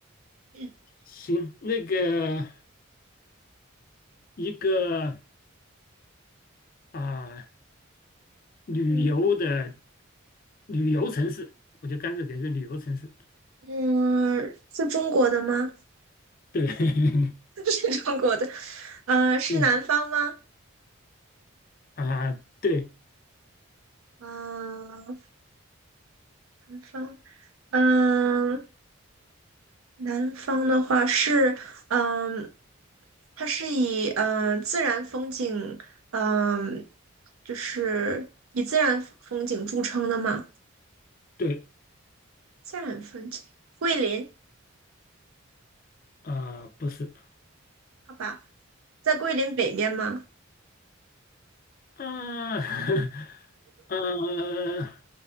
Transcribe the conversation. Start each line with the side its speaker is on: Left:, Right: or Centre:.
Right: <laughs>
Left: 行，那个一个啊，旅游的
Right: 嗯
Left: 旅游城市，我就干脆给个旅游城市。
Right: 嗯，是中国的吗？
Left: 对，<laughs>
Right: <laughs> 是中国的。嗯、是南方吗？
Left: 嗯啊，对
Right: 嗯、南方。嗯、南方的话是，嗯，它是以嗯自然风景，嗯，就是以自然风景著称的吗？
Left: 对
Right: 自然风景，桂林，
Left: 啊，不是
Right: 好吧，在桂林北面吗？
Left: 啊，<laughs> 呃